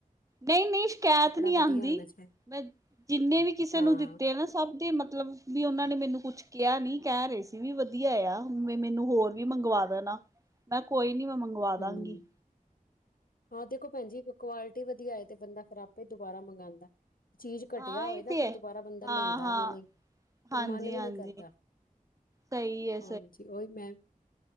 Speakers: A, on the right; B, on the left.
A: ਨਹੀਂ ਨਹੀਂ, ਸ਼ਿਕਾਇਤ
B: ਕੱਪੜਾ
A: ਨਹੀਂ
B: ਵਧੀਆ
A: ਆਂਦੀ,
B: ਹੋਣਾ ਚਾਹੀਦਾ
A: ਮੈਂ ਜਿੰਨੇ ਵੀ ਕਿਸੇ
B: ਹਾਂ
A: ਨੂੰ ਦਿੱਤੇ ਆ ਨਾ ਸਭ ਦੇ ਮਤਲਬ, ਵੀ ਉਹਨਾਂ ਨੇ ਮੈਨੂੰ ਕੁੱਛ ਕਿਹਾ ਨੀ ਕਹਿ ਰਹੇ ਸੀ ਵੀ ਵਧੀਆ ਆ ਮੈਨੂੰ ਹੋਰ ਵੀ ਮੰਗਵਾ ਦੇਣਾ ਮੈਂ ਕੋਈ ਨੀ, ਮੈਂ ਮੰਗਵਾ ਦਾੰਗੀ
B: ਹੂੰ ਹਾਂ, ਦੇਖੋ ਭੈਣਜੀ ਕੁਆਲਿਟੀ ਵਧੀਆ ਹੋਏ, ਤੇ ਬੰਦਾ ਫਿਰ ਆਪੇ ਦੁਬਾਰਾ ਮੰਗਾਂਦਾ ਏ ਚੀਜ਼ ਘਟਿਆ
A: ਹਾਂ ਇਹ
B: ਹੋਏ ਨਾ,
A: ਤੇ
B: ਫਿਰ
A: ਹੈ
B: ਦੁਬਾਰਾ ਬੰਦਾ
A: ਹਾਂ
B: ਲੈਂਦਾ
A: ਹਾਂ
B: ਵੀ ਨਹੀਂ ਫਿਰ
A: ਹਾਂਜੀ
B: ਮਨ ਵੀ
A: ਹਾਂਜੀ
B: ਨਹੀਂ ਕਰਦਾ,
A: ਸਹੀ ਹੈ
B: ਹਾਂਜੀ ਓਹੀ ਮੈਂ